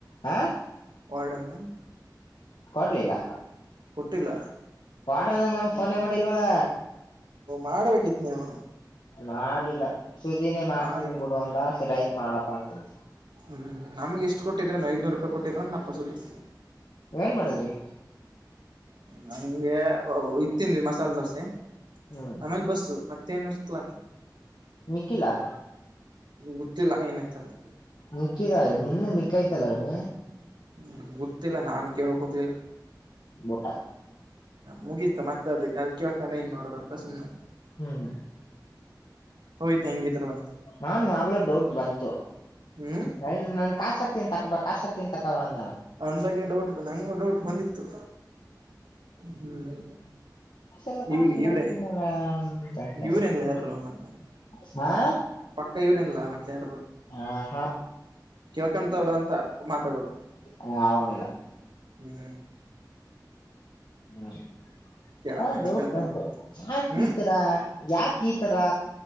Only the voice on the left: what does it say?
ಹಾ
ಕೊಡ್ಲಿಲ್ಲ.
ವಾರ್ಡನ್ಗೇ ನಾನು
ಫೋನೇ ಮಾಡಿಲ್ವಲ್ಲ.
ಮಾಡ್ಲಿಲ್ಲ ಸೂದಿನೇ ಮಾಡ್ತೀನಿ
ಬಿಡು ಅಂದ ಸರಿ ಆಯ್ತು ಮಾಡಪ್ಪಾ ಅಂತ.
ಏನ್ ಮಾಡಿದ್ರಿ.
ಹ್ಮ್
ನಿಕಿಲಾ
ನಿಕಿಿತ ನಿು ಮಿಕ ಇಿತ ಲಗ್ನ <unintelligible>
ಬೂಟ
ಹ್ಮ್,
ನಾನ ಆಗ್ಲೂ ಡೌಟ್ ಬಂತು.
ನನ್ ಕಾಸಾಕ್ತಿನಿಅಂತ ತಕಂಬಾ ಕಿಸಾಕ್ತಿನ್ ತಗೋ ಅಂತ.
ಲ್ಲ ಕಾಶೆಲ್ಲ
ತಿನ್ನಲ್ಲ ಅಂತತದೆ
<unintelligible> ಹಾ,
ಆ ಹಾ
ಹ ಅವನಿಲ್ಲ <unintelligible>
ಹ್ಮರಿ <inaudible>
ಹಾ, ಡೌಟ
ಬಂತು ಯಾಕ
ಈತರ ಯಾಕ ಈತರ